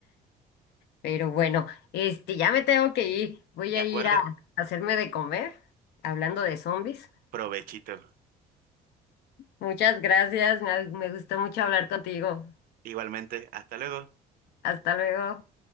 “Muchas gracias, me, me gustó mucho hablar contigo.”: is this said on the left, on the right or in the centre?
Left